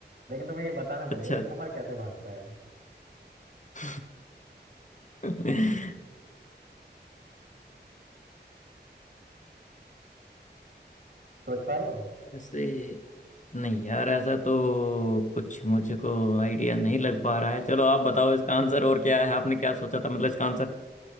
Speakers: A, on the right; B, on the left.
A: लेकिन तुम्हें ये बताना पड़ेगा
B: अच्छा
A: कि कमर कैसे बांधता है
B: <laughs> हम्म
A: सोच पा रहे हो
B: ऐसे नहीं यार ऐसा तो कुछ मुझको आइडिया नहीं लग पा रहा है चलो आप बताओ इसका आंसर और क्या है आपने क्या सोचा था मतलब इसका आंसर